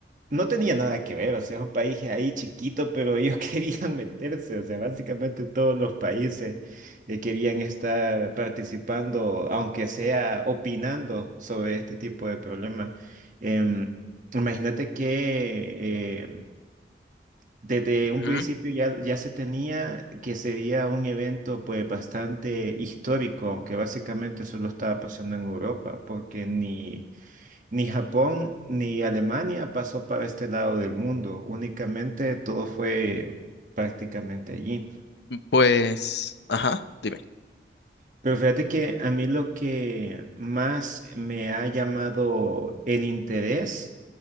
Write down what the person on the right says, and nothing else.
No tenía nada que ver, o sea, es un país ahí chiquito, pero ellos <laughs> querían meterse, o sea, básicamente todos los países eh, querían estar participando, aunque sea opinando sobre este tipo de problemas. Em, imagínate que eh, desde un
principio ya, ya se tenía que sería un evento pues bastante histórico, aunque básicamente solo estaba pasando en Europa, porque ni... Ni Japón ni Alemania pasó para este lado del mundo, únicamente todo fue prácticamente allí.
Pero fíjate que a mí lo que más me ha llamado el interés